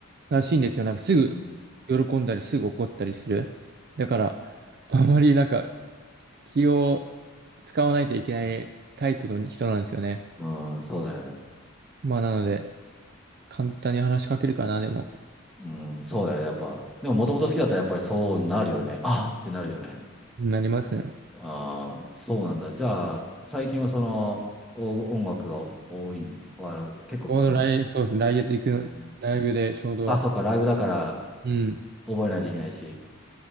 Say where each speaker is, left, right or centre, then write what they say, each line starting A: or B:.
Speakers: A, on the right; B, in the centre.
A: らしいんですよ。なんか、すぐ喜んだり、
B: うん。
A: すぐ怒ったりする。だから、あまりなんか、気を使わないといけないタイプの人なんですよね。
B: うん、そうだよね。
A: まあ、なので、簡単に話しかけるかな、でも、
B: うん、そうだよね。やっぱ。でも、もともと好きだったらやっぱりそうなるよね。ああってなるよね。
A: なりますね。
B: ああ、そうなんだ。じゃあ、最近はその、お音楽が多いん、あ結構聞くんだ。
A: ちょうど来、そうですね、来月行くの、
B: うん、
A: ライブでちょうど、
B: あ、そうか、ライブだから
A: うん、
B: 覚えないといけないし。